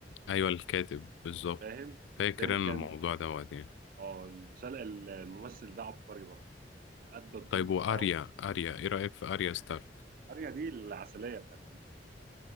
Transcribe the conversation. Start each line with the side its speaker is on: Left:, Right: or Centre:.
Left: أيوه الكاتب بالظبط
Right: فاهم
Left: فاكر
Right: والتاني كان
Left: أنا الموضوع ده وقتين
Right: اه المسل- الممثل ده عبقري برضه وأدى الدور
Left: طيب
Right: بتاعه
Left: وأريا أريا إيه رأيك في أريا ستار
Right: اريا دي العسليه بتاعت المسلسل